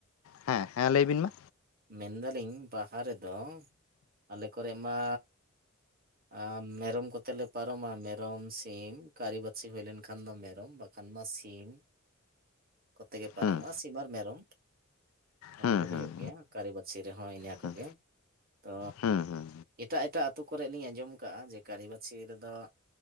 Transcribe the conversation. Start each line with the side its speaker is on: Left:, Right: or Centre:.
Left: ᱦᱮᱸ ᱦᱮᱸ ᱞᱟᱹᱭᱵᱤᱱ ᱢᱟ᱾
Right: ᱢᱮᱱ ᱫᱟᱞᱤᱧ ᱵᱟᱦᱟ ᱨᱮᱫᱚ ᱟᱞᱮ ᱠᱚᱨᱮᱜ ᱢᱟ ᱟ ᱢᱮᱨᱚᱢ ᱠᱚᱛᱮ ᱞᱮ ᱯᱟ ᱨᱚᱢᱟ ᱢᱮᱨᱚᱢ, ᱥᱤᱢ ᱠᱟᱹᱨᱤ ᱵᱟᱛᱥᱤ ᱦᱩᱭ ᱞᱮᱱᱠᱷᱟᱱ ᱫᱚ ᱢᱮᱨᱚᱢ ᱵᱟᱠᱷᱟᱱ ᱢᱟ ᱥᱤᱢ᱾ ᱠᱚᱛᱮ ᱜᱮ ᱯᱟᱨᱚᱢᱚᱜᱼᱟ
Left: ᱦᱩᱸ
Right: ᱥᱤᱢ ᱟᱨ ᱢᱮᱨᱚᱢ ᱚᱱᱟ
Left: ᱦᱩᱸ
Right: ᱫᱚ
Left: ᱦᱩᱸ
Right: ᱦᱩᱭᱩᱜ ᱜᱮᱭᱟ, ᱠᱟᱹᱨᱤ ᱵᱟᱛᱥᱤ ᱨᱮᱦᱚᱸ ᱤᱱᱟᱹ
Left: ᱦᱩᱸ
Right: ᱠᱚᱜᱮ, ᱛᱚ
Left: ᱦᱩᱸ ᱦᱩᱸ
Right: ᱮᱴᱟᱜ ᱮᱴᱟᱜ ᱟᱹᱛᱩ‌ ᱠᱚᱨᱮᱫ ᱞᱤᱧ ᱟᱸᱡᱚᱢ ᱠᱟᱜᱼᱟ ᱡᱮ ᱠᱟᱹᱨᱤ ᱵᱟᱹᱪᱷᱥᱤ ᱨᱮ ᱫᱚ